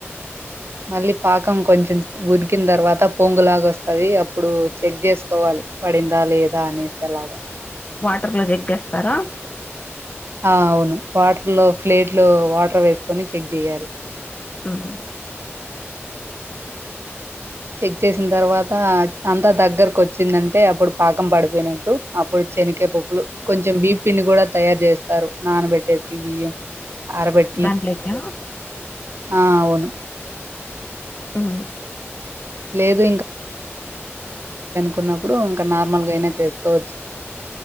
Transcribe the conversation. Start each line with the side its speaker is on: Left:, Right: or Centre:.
Right: మళ్ళీ పాకం కొంచెం ఉ డికినా తర్వాత పొంగు లాగా వస్తది అప్పుడు చెక్ చేసుకోవాలి పడిందా లేదా అనేేసే లాగా
Left: వాటర్ లో చెక్ చేస్తారా
Right: ఆ! అవును వాటర్ లో ఫ్లేట్ లో వాటర్ వేసుకొని చెక్ చెయ్యాలి
Left: మ్మ్
Right: చెక్ చేసిన తర్వాత అంతా దగ్గరకు వచ్చిందంటే అప్పుడు పాకం పడిపోయినట్టు అప్పుడు చెనిక్కాయ పప్పులు కొంచెం బీం పిండి కూడా తయారు చేస్తారు నానబెట్టేసి బియ్యం ఆరబెట్టి.
Left: దాంట్లేకా
Right: ఆ అవును
Left: మ్మ్
Right: లేదు కున్నప్పుడు ఇంకా నార్మల్గా అయినా చేసుకోవచ్చు